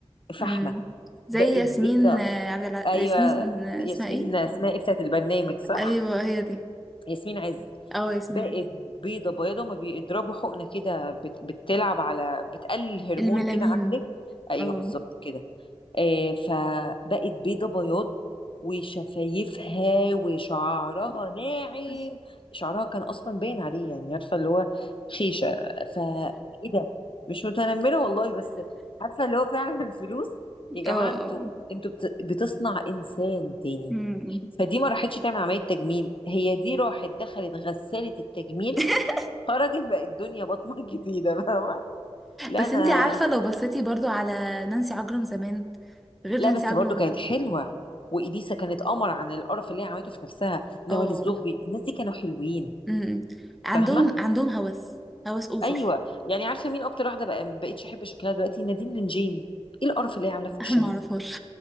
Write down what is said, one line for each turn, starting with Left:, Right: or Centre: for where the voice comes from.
Left: فحم
Centre: امم زي
Left: بقت
Centre: ياسمين
Left: بيضة
Centre: آه، عبد الع...
Left: ايوه
Centre: ياسمين س- آه،
Left: ياسمين
Centre: اسمها ايه
Left: اسمها ايه بتاعت البرنامج صح
Centre: ايوه هي دي
Left: ياسمين عز
Centre: اه ياسمين
Left: بقت
Centre: عز
Left: بيضة بيضة ما بيضربوا حقنة كده بت... بتلعب على بتقلل هرمون
Centre: الملامين
Left: كده عندك ايوه
Centre: اه
Left: بالظبط كده آه، فبقت بيضة بياض وشفايفها وشعرها ناعم
Centre: <laughs>
Left: شعرها كان اصلا باين عليه يعني عارفه اللي هو خيشه ف ايه ده مش متنمره والله بس عارفه اللي هو فعلا <laughs> الفلوس يا جماعه
Centre: اه اه
Left: انتوا انتوا بت... بتصنع انسان تاني
Centre: أمم.
Left: فدي ما راحتش تعمل عمليه تجميل هي دي راحت دخلت غساله التجميل
Centre: <laughs>
Left: خرجت بقت الدنيا بطمه <laughs> جديده فاهمه لا
Centre: بس
Left: انا
Centre: انتي عارفة لو بصيتي برضو على نانسي عجرم زمان غير
Left: لا
Centre: نانسي
Left: بس
Centre: عجرم
Left: برضو كانت
Centre: دلوقتي
Left: حلوه واليسا كانت قمر عن القرف اللي هي عملته في نفسها نوال
Centre: اه
Left: الزغبي الناس دي كانوا حلوين
Centre: أمم. عندهم
Left: فاهمه
Centre: عندهم هوس هوس اوفر
Left: ايوه يعني عارفه مين اكتر واحده بقى ما بقتش احب شكلها دلوقتي نادين نجيم ايه القرف اللي هي عاملاه في
Centre: <laughs>
Left: وشها
Centre: ما
Left: ده
Centre: اعرفهاش